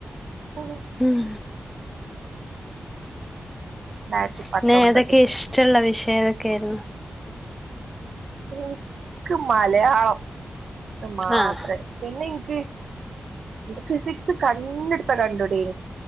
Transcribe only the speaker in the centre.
ഉം,
പിന്നെ എതൊക്കെ ഇഷ്- ടള്ള വിഷയം എതൊക്കെ- ആയിരുന്നു.
ആഹ്